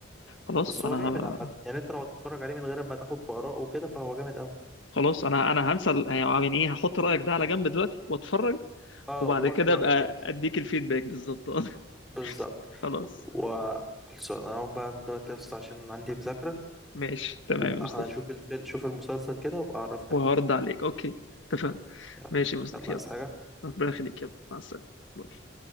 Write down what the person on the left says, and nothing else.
خلاص
انا
ه...
خلاص انا انا هنسى ال- يعني يعني ايه هحط رايك ده على جنب دلوقتي واتفرج
وبعد
كده ابقى
اديك الفيدباك بالظبط آه.
<laughs> خلاص
ماشي تمام
يا مصطفى
وهرد
عليك اوكي اتفقنا
ماشي يا مصطفى
يلا
ربنا يخليك يلا مع السلامه باي.